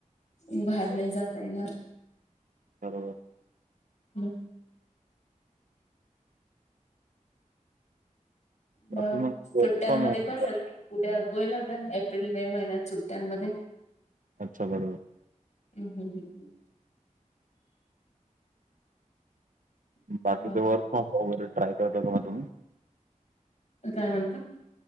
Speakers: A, on the left (about 60°); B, on the right (about 75°).
A: ते बाहेर
B: बरोबर.
A: नाही, जात येणार.
B: बरोबर.
A: हम्
B: बाकी
A: मग सुट्ट्यांमध्ये
B: वर्क फ्रॉम होम
A: कसं कुठे गोयला, एप्रिल मे महिन्यात सुट्ट्यांमध्ये.
B: अच्छा बरोबर.
A: हम् हमं हमं हं. हम्म.
B: बाकीच
A: बाकी
B: वर्क फ्रॉम वगैरे, ट्राय करत का तुम्ही.
A: काय म्हणता.